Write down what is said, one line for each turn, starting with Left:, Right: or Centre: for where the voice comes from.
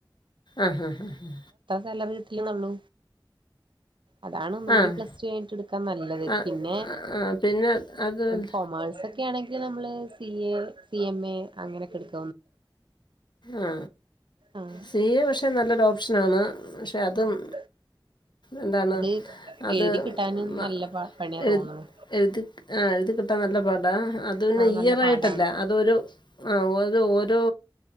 Left: ആഹ ഹഹ് ആഹ
Right: ല്ല വീട്ടന്നള്ളു അതാണ് ഒന്നുകൂടി
Left: ആഹ്
Right: പ്ലസ് ടു ആയിട്ട് എടുക്കാൻ നല്ലത്
Left: ആഹ്
Right: പിന്നെ
Left: ആഹ് പിന്നെ അത്
Right: കൊമേഴ്സ്ക്കെ ക്ക ആണെങ്കിൽ നമ്മള് C A C M A അങ്ങനെൊക്കെ എടുക്ക
Left: ആ
Right: ആഹ്
Left: സി എ പക്ഷെ നല്ലൊരു ഓപ്ഷന ആണ് പക്ഷെ അതും
Right: ആഹ്
Left: എന്താണ്
Right: അത്
Left: അത്
Right: എഴുതി കിട്ടാനും
Left: മ-
Right: നല്ല പ പണിയാ
Left: എഴു
Right: തോന്നുന്നു
Left: എഴുതി ആ എഴുതി കിട്ടാൻ നല്ല പാടാ അത് പിന്നെ
Right: ആഹ്
Left: ഇയർ
Right: നല്ല
Left: ആയിട്ടല്ല
Right: പാടാണ്
Left: അതൊരു ആ അത് ഓരോ